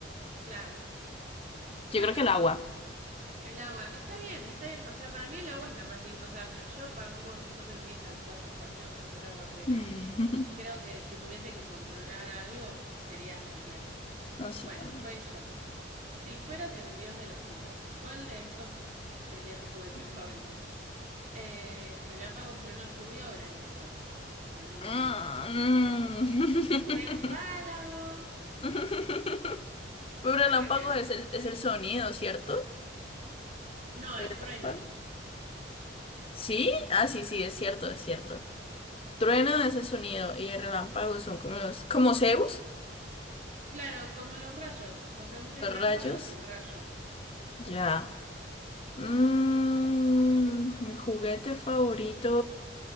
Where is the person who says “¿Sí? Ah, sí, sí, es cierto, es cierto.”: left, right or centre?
Left